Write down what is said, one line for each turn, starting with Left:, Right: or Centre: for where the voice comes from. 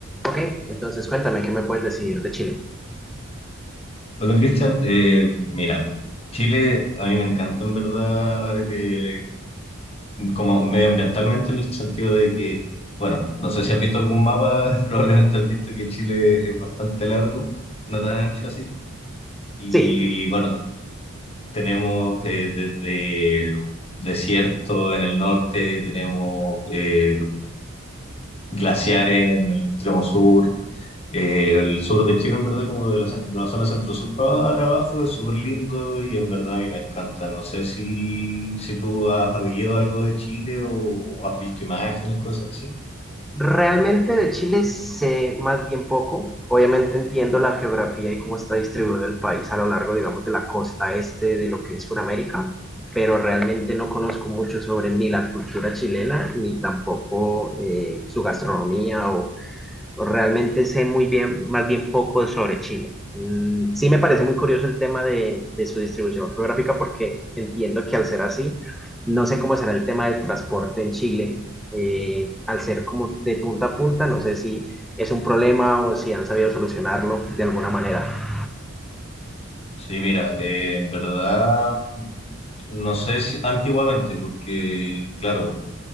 Centre: Ok, entonces cuéntame, ¿qué me puedes decir de Chile?
Left: Hola Cristian, Eh, mira, Chile a mí me encanta en verdad eh, como medioambientalmente en el sentido de que, bueno, no sé si has visto algún mapa, <laughs> probablemente has visto que Chile es bastante largo, no tan ancho así, y
Centre: Sí,
Left: bueno, te- tenemos eh, desde desierto en el norte, tenemos eh, glaciares en el extremo sur, eh, el sur de Chile, en verdad, como de la, ce- de la zona centro-sur para abajo, es súper lindo y en verdad a mí me encanta. No sé si, si tú has habido algo de Chile o, o has visto imágenes, cosas así.
Centre: realmente de Chile sé más bien poco. Obviamente entiendo la geografía y cómo está distribuido el país a lo largo, digamos, de la costa este de lo que es Sudamérica, pero realmente no conozco mucho sobre ni la cultura chilena, ni tampoco eh, su gastronomía o realmente sé muy bien, más bien poco sobre Chile. Mm, Sí me parece muy curioso el tema de, de su distribución geográfica porque entiendo que al ser así, no sé cómo será el tema del transporte en Chile, eh, al ser como de punta a punta, no sé si es un problema o si han sabido solucionarlo de alguna manera.
Left: Sí, mira, eh, en verdad, no sé si antiguamente, porque, claro,